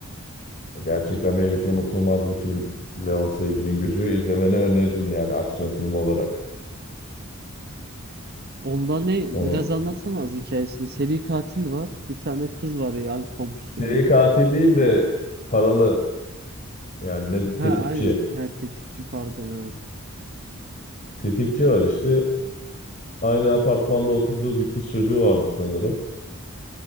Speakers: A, on the left (about 35°); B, on the right (about 45°).
A: Gerçekten benim için unutulmaz bir film. Leon Sevginin Gücü. İzlemeni öneririm yani aksiyon filmi olarak.
B: Onda ne?
A: Onun
B: Biraz anlatsana az hikayesini. Seri katil var. Bir tane kız var yani komşusu
A: seri
B: mu ne?
A: katil değil de paralı yani ne
B: Ha
A: tetikçi.
B: aynen. Ha, tetikçi pardon evet.
A: Tetikçi var işte. Aynı apartmanda oturduğu bir kız çocuğu vardı sanırım.